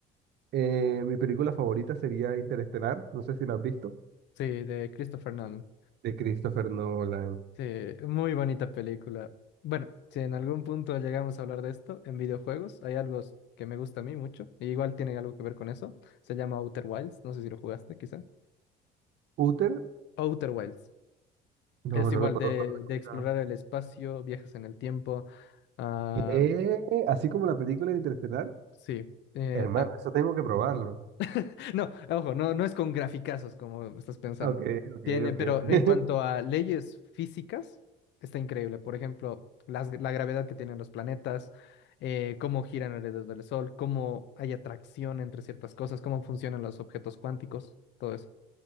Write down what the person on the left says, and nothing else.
sí, de Christopher Nolan.
Sí, muy bonita película. Bueno, si en algún punto llegamos a hablar de esto, en videojuegos hay algo s- que me gusta a mí mucho, y igual tiene algo que ver con eso. Se llama Outer Wilds, no sé si lo jugaste, quizá.
Outer Wilds.
Es igual
de,
de explorar el espacio, viajes en el tiempo. ah,
sí. eh,
tam-
<laughs> No, ojo, no, no es con graficazos como estás pensando.
Tiene,
pero
en cuanto a leyes físicas, está increíble. Por ejemplo, las- la gravedad que tienen los planetas, eh, cómo giran alrededor del Sol, cómo hay atracción entre ciertas cosas, cómo funcionan los objetos cuánticos, todo eso.